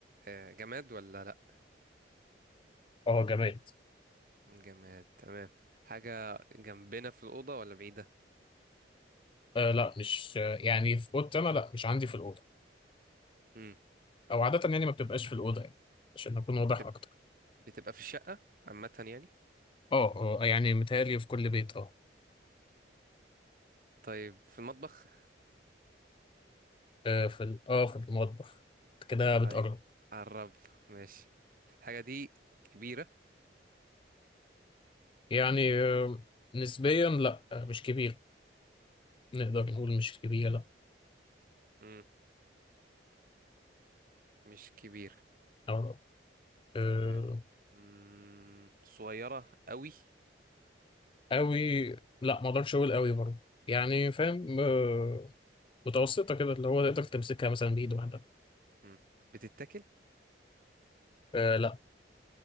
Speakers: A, on the right; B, on the left.
A: آه جماد ولا لا
B: اه جماد
A: جماد تمام حاجة جنبنا في الأوضة ولا بعيدة
B: آه لا مش آه يعني في اوضتي انا لا مش عندي في الاوضه
A: امم
B: او عاده يعني ما بتبقاش في الاوضه يعني عشان اكون واضح
A: بتبقى
B: اكتر
A: بتبقى في الشقة عامة يعني
B: اه اه يعني متهيألي في كل بيت اه
A: طيب في المطبخ
B: آه، في ال- اه في المطبخ كده بتقرب
A: طيب قربت ماشي الحاجة دي كبيرة
B: يعني آه نسبيا لا آه مش كبير نقدر نقول مش كبيره لا
A: امم مش كبيرة
B: أو آه
A: تمام امم صغيرة قوي
B: قوي لا ما اقدرش اقول قوي برضه يعني فاهم آه متوسطه كده اللي هو تقدر تمسكها مثلا بايد واحده
A: امم بتتاكل
B: آه لا